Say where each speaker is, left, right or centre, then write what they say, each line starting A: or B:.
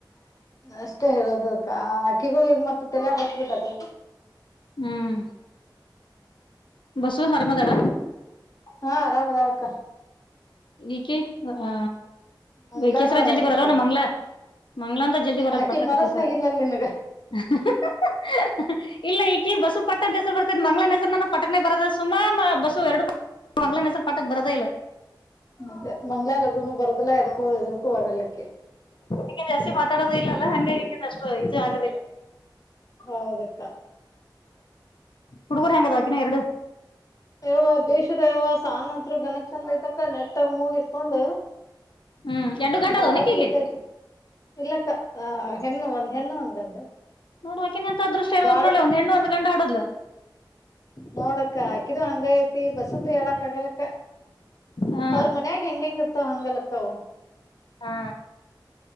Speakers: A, on the left; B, on the left.
A: ಅಷ್ಟೇ ಹೇಳೋದಕ್ಕ ಅಕ್ಕಿಗೂ ಈಗ್ ಮತ್ತ್ ತೆಲ್ಯಾಗ್ ಹೊಕ್ಬಿಟ್ಟತಿ.
B: ಹ್ಮ್ ಬಸವ ಹರಮದಳ.
A: ಹಾ ಆರಾಮ್ ಅದಳ ಅಕ್ಕ.
B: ಈಕಿ ಆ
A: ಮಂಗ್ಲಾನು
B: ಈಕೆಸರ
A: ಆರಾಮ್
B: ಜಲ್ದಿ ಬರಲ್ಲ
A: ಐತೆ
B: ನ ಮಂಗ್ಲ ಮಂಗ್ಲಂದ ಜಲ್ದಿ ಬರಲ್ಲ
A: ಆಕಿ
B: ಪಟ್ಟಕತ
A: ಮನಸ್ನಾಗ
B: ಹೆಸರು.
A: ಇಲ್ಲಲ್ ನಿನಗ
B: ಹ ಹ ಹ ಹ ಹ ಇಲ್ಲ ಈಕಿ ಬಸು ಪಟ್ಟದ ಹೆಸರು ಬರ್ತೇದ ಮಂಗಳನನ್ ಹೆಸರು ನಾನು ಪಟ್ಟಕ್ನೆ ಬರದ ಸುಮಾ ಬಸು ಎರಡು ಮಂಗ್ಳನ ಹೆಸರ್ ಪಠ್ಅತ್ ಬರದೇ ಇಲ್ಲ.
A: ಮತ್ತೆ ಮಂಗ್ಳಾ ಲಗುನು ಬರುದುಲ್ಲಾ ಎದಕ್ ಹೋದದನಕ್ಕೂ ಆಗಲ್ಲಕ್ಕೆ.
B: ಅಕಿ ಜಾಸ್ತಿ ಮಾತಾಡೋದು ಇಲ್ಲಲ್ಲ ಹಂಗಾಗಿ ಅಕಿಂದ ಅಷ್ಟು ಇದು ಆಗದಿಲ್ಲ.
A: ಹೌದಕ್ಕ.
B: ಹುಡುಗರು ಹೆಂಗದವಕಿನವ ಎರಡು.
A: ಯವ್ವ ಬೇಶದ ಯವ್ವ ಸಾನಂತರ ಗನ ಚಂದ ಐತಕ್ಕ ನೆಟ್ಟಾಗ ಮೂಗ್ ಕತ್ಕೊಂಡು
B: ಹ್ಮ್ ಎರಡು ಗಂಡ
A: ಬಾಳ
B: ಅದ ಆಕಿಗೆ
A: ಕ್ಯೂಟ್ ಆಯತ್ತು. ಇಲ್ಲಕ್ಕ ಹೆನ್ನು ಒಂದ್ ಹೆನ್ನು ಒಂದ್ ಗಂಡು.
B: ನೋಡು ಅಕಿಂದ್ ಎಂತಾ ಅದೃಷ್ಟ ಇರ್ಬಕ್
A: ದೊಡ್
B: ನೋಡ್ಲೆ ಒಂದ್ ಹೆಣ್ಣು ಒಂದ್ ಗಂಡು ಹಡುದ್ಲು.
A: ನೋಡಕ್ಕ ಅಕಿದು ಹಂಗ ಐತಿ ಬಸಂದು ಹೇಳಕ್ ಆಗಲಕ್ಕ.
B: ಹಾ
A: ಅವ್ರ ಮನ್ಯಾಗ ಹೆಂಗ ಹೆಂಗ ಇರ್ತಾವ ಹಂಗಲ್ಲ ಕ್ಕವು.
B: ಹಾ